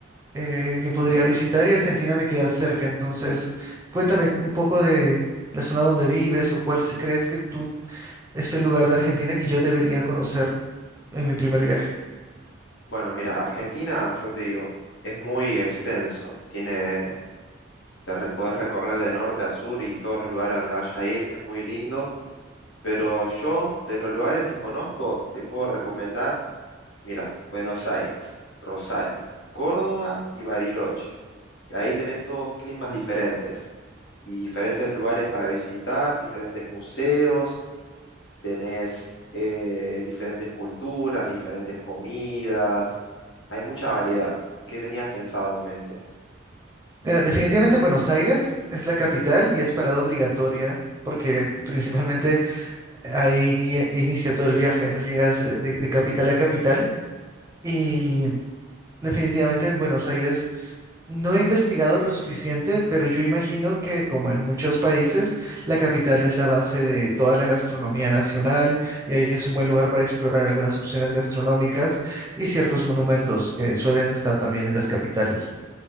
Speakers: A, on the right (about 15°); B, on the left (about 65°).
A: eh, que podría visitar y Argentina me queda cerca. Entonces, cuéntame un poco de la zona donde vives o cuál se- crees que tú es el lugar de Argentina que yo debería conocer en mi primer viaje.
B: Bueno, mira, Argentina, yo te digo, es muy extenso. Tiene, te re- podés recorrer de norte a sur y todos los lugares donde vayas a ir, es muy lindo. Pero yo, de los lugares que conozco, te puedo recomendar Mira, Buenos Aires, Rosario, Córdoba y Bariloche. Y ahí tenés todos climas diferentes y diferentes lugares para visitar, diferentes museos, tenés eh, diferentes culturas, diferentes comidas. Hay mucha variedad. ¿Qué tenías pensado en mente?
A: Mira, definitivamente Buenos Aires es la capital y es parada obligatoria porque principalmente ahí eh, inicia todo el viaje, ¿no? Llegas de de- de capital a capital. Y definitivamente en Buenos Aires no he investigado lo suficiente, pero yo imagino que como en muchos países, la capital es la base de toda la gastronomía nacional y ahí es un buen lugar para explorar algunas opciones gastronómicas y ciertos monumentos que suelen estar también en las capitales.